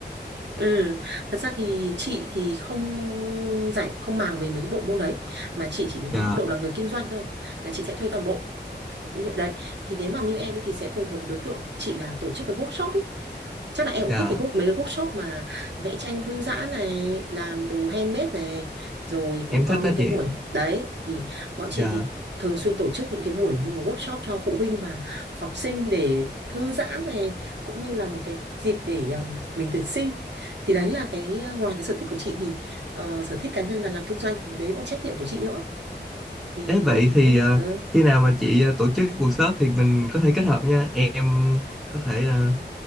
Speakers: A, on the right; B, in the centre.
A: <laughs> ừ thật ra thì chị thì không giải không màng về mấy cái bộ môn đấy mà chị chỉ đứng
B: dạ
A: góc độ là người kinh doanh thôi là chị sẽ thuê toàn bộ như đấy thì nếu mà như em ấy thì sẽ phù hợp với đối tượng chị là tổ chức cái workshop ấy chắc là em cũng
B: dạ
A: thích cái quốc mấy cái workshop mà vẽ tranh thư giãn này làm đồ handmade này rồi cũng
B: em
A: có
B: thích
A: những
B: đó
A: cái
B: chị
A: buổi đấy thì bọn chị
B: dạ
A: thì thường xuyên tổ chức những cái buổi như một workshop cho phụ huynh và học sinh để thư giãn này cũng như là một cái dịp để ờ, mình tuyển sinh thì đấy là cái ờ, ngoài cái sở thích của chị thì ờ, sở thích cá nhân là làm kinh doanh thì đấy là trách nhiệm của chị nữa thì
B: Thế vậy thì
A: ừ,
B: ờ,
A: ừ,
B: khi nào mà chị ờ, tổ chức workshop thì mình có thể kết hợp nha. Em có thể ờ,